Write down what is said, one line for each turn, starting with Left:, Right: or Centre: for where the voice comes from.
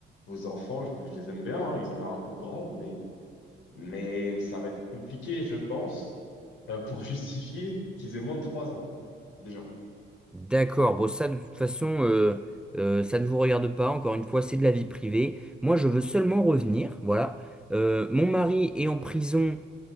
Left: vos enfants, je, je les aime bien, hein, ils ont l'air un peu grands, mais, mais ça va être compliqué, je pense, euh, pour justifier qu'ils aient moins de trois ans, déjà.
Centre: D'accord, bon ça de toute façon, euh, euh, ça ne vous regarde pas, encore une fois, c'est de la vie privée. Moi je veux seulement revenir, voilà. Euh, mon mari est en prison